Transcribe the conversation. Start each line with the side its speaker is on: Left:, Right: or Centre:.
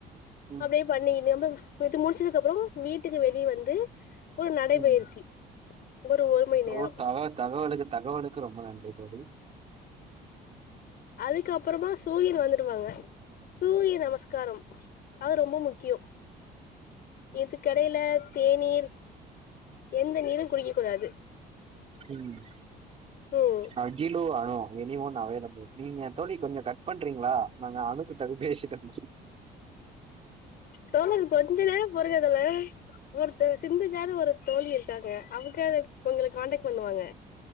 Right: ம்
Left: அப்டியே பண்ணி நம்ம இது முடிச்சதுக்கு அப்பறோ வீட்டுக்கு வெளிய வந்து ஒரு நடைபயிற்சி
Right: ம்
Left: ஒரு ஒரு மணி நேரோ
Right: ஓ தவ தகவலுக்கு தகவலுக்கு ரொம்ப நன்றி தோழி
Left: அதுக்கு அப்புறமா சூரியன் வந்துடுவாங்க சூரிய நமஸ்காரம் அது ரொம்ப முக்கியோ இது கெடையில தேநீர் எந்த நீரு குடிக்க கூடாது
Right: ம்
Left: ம்
Right: அகிலு வரு எனி ஒன் அவைலபிள் நீங்க தோழி கொஞ்சோ கட் பண்றீங்களா நாங்க அணுகிட்ட பேசி வந்தற
Left: தோழர் கொஞ்ச நேரோ பொருங்க தோழர் ஒரு அ சிந்துஜானு ஒரு தோழி இருக்காங்க அவுக்க உங்களுக்கு கான்டெக்ட் பண்ணுவாங்க